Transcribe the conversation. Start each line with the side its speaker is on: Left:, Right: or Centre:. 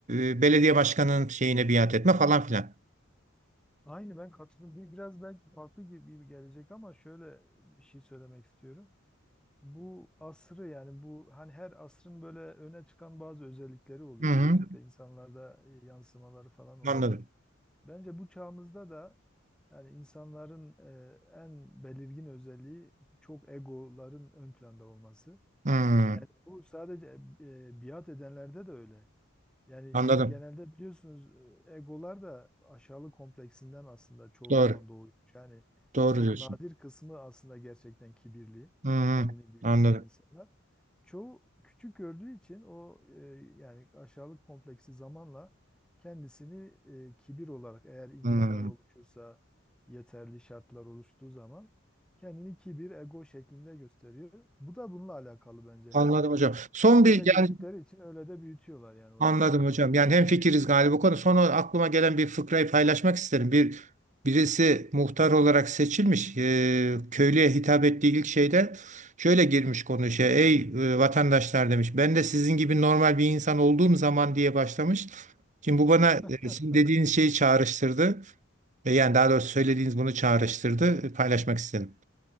Right: e, belediye başkanının şeyine biat etme falan filan.
Centre: Aynı ben katılıyorum. Bir- Biraz belki farklı gibi gibi gelecek ama şöyle bir şey söylemek istiyorum. Bu asrı yani bu hani her asrın böyle öne çıkan bazı özellikleri oluyor.
Right: Hı hı.
Centre: Özellikle insanlarda e, yansımaları falan oluyor.
Right: Anladım.
Centre: Bence bu çağımızda da yani insanların e, en belirgin özelliği çok egoların ön planda olması.
Right: Hı,
Centre: Yani bu sadece e, biat edenlerde de öyle. Yani
Right: anladım.
Centre: şimdi genelde biliyorsunuz e, egolar da aşağılık kompleksinden aslında çoğu
Right: Doğru.
Centre: zaman doğuyor. Yani
Right: Doğru
Centre: çok
Right: diyorsun.
Centre: nadir kısmı aslında gerçekten kibirli,
Right: Hı hı,
Centre: kendini büyük
Right: anladım.
Centre: gören insanlar. Çoğu küçük gördüğü için o e, yani aşağılık kompleksi zamanla kendisini e, kibir olarak eğer imkanlar
Right: Hı, hı.
Centre: oluşursa, yeterli şartlar oluştuğu zaman kendini kibir, ego şeklinde gösteriyor. Bu da bununla alakalı bence. Hani
Right: anladım hocam. Son bir
Centre: öyle gördükleri
Right: yani
Centre: için öyle de büyütüyorlar yani o
Right: anladım
Centre: insanları.
Right: hocam. Yani hemfikiriz galiba bu konu. Son olarak aklıma gelen bir fıkrayı paylaşmak isterim. Bir birisi muhtar olarak seçilmiş. e, köylüye hitap ettiği ilk şeyde şöyle girmiş konuşuyor. Ey e, vatandaşlar demiş. Ben de sizin gibi normal bir insan olduğum zaman diye başlamış. Şimdi bu bana
Centre: <laughs>
Right: e, sizin dediğiniz şeyi çağrıştırdı. E, yani daha doğrusu söylediğiniz bunu çağrıştırdı. E, paylaşmak istedim.